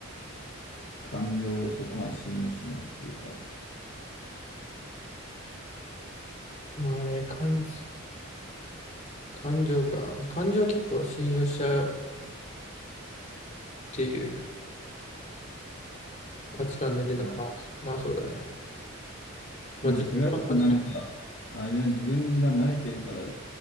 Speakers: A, on the left; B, on the left.
A: 感情をそこまで信用しないっていうか、
B: まあね、感、感情か。感情は結構信用しちゃうっていう価値観だけど、
A: まあ
B: まあ、まあそうだね。まあ実感は確か
A: うんそれは多分なんか、あれじゃん、自分が慣れてるから